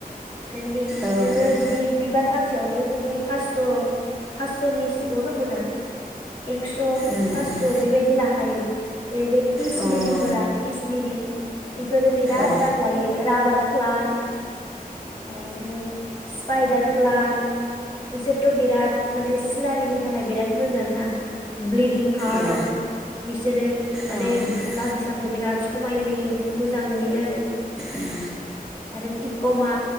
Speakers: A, on the left (about 30°); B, in the centre.
A: ट्रेनदिं
B: औ
A: नोङो
B: उम
A: जुदि बिबार फांसेयावनो जुदि फासस' फासस'नि सिङावनो मोना। एक्स'
B: उम
A: फासस' बेबायदि ला खायो बे फिस
B: अ
A: लिलिफोरा
B: औ
A: फिसलिरि इफोरो बिराद
B: उम औ
A: दाम लायो। राबार प्लान्ट आरो स्पाइदार प्लान्ट बिसोर थ' बिराद माने सिनारिनि थाखाय बिराद मोजां ना। ब्लिडिं हार्ट
B: औ
A: बिसोरो
B: उम
A: बागिसाखौ बिराद समाय होयो मो जां नुयो आरो
B: उम
A: आरो टिक'मा